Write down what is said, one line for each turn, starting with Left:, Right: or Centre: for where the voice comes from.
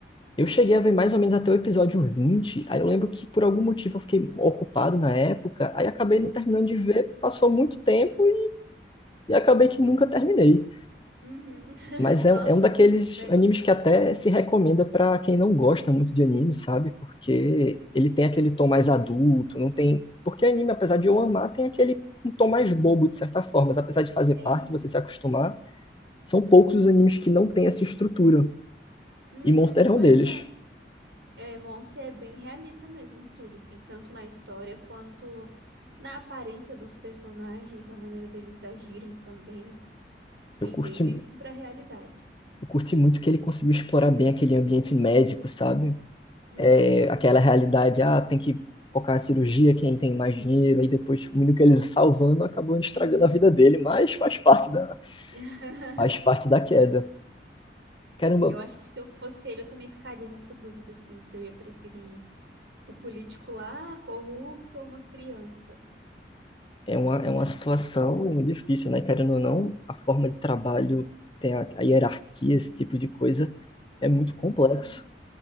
Left: Eu cheguei a ver mais ou menos até o episódio 20. aí eu lembro que por algum motivo eu fiquei ocupado na época, aí acabei não terminando de ver, passou muito tempo e acabei que nunca terminei.
Right: Uhum. <laughs>
Left: Mas é,
Right: Nossa,
Left: é um daqueles
Right: vai
Left: animes
Right: gostar.
Left: que até se recomenda para quem não gosta muito de anime, sabe? Porque ele tem aquele tom mais adulto, não tem. Porque anime, apesar de eu amar, tem aquele um tom mais bobo, de certa forma. Mas apesar de fazer
Right: Sim.
Left: parte, você se acostumar, são poucos
Right: Uhum.
Left: os animes que não têm essa estrutura.
Right: Uhum,
Left: E Monster é
Right: Pois
Left: um deles.
Right: é. É, Monster é bem realista mesmo, tudo, assim, tanto na história quanto na aparência dos personagens, a maneira deles agirem também, vem
Left: Eu curti,
Right: bem mesmo pra realidade.
Left: eu curti muito que ele conseguiu explorar bem aquele ambiente médico, sabe?
Right: Uhum,
Left: é, aquela realidade, ah, tem que focar na cirurgia, quem tem mais dinheiro, e depois o menino que eles salvando acabou estragando
Right: uhum.
Left: a vida dele, mas faz parte da,
Right: <laughs>
Left: faz parte da queda. Caramba,
Right: E Eu acho que se eu fosse ele, eu também ficaria nessa dúvida, assim, se eu ia preferir o político lá, corrupto, ou uma criança.
Left: é uma, é uma situação difícil, né? Querendo ou não, a forma de trabalho, tem a, a hierarquia, esse tipo de coisa, é muito
Right: Uhum,
Left: complexo.